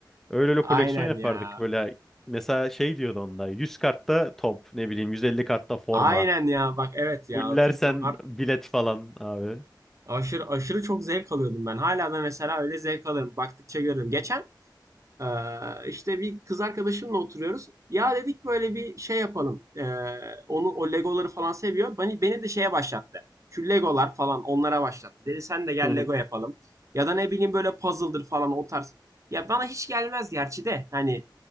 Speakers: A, in the centre; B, on the right.
A: Öyle öyle
B: Aynen
A: koleksiyon yapardık
B: ya.
A: böyle. Mesela şey diyordu onda. yüz kartta top ne bileyim 150 kartta forma.
B: Aynen ya. Bak evet ya
A: Fullersen
B: hatırlıyorum.
A: bilet falan abi.
B: Aşırı aşırı çok zevk alıyordum ben. Hala da mesela öyle zevk alırım. Baktıkça görürüm. Geçen ee, işte bir kız arkadaşımla oturuyoruz. Ya dedik böyle bir şey yapalım. Ee, onu o Legoları falan seviyor. Beni, beni de şeye başlattı. Şu Legolar falan onlara başlattı. Dedi sen de gel
A: <laughs> Hı hı,
B: Lego yapalım. Ya da ne bileyim böyle puzzle'dır falan o tarz. Ya bana hiç gelmez gerçi de. Hani